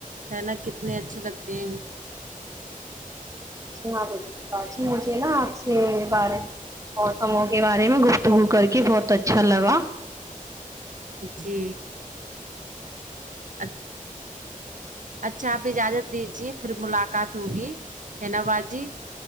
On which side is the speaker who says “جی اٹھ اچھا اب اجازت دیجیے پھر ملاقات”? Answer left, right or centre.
Right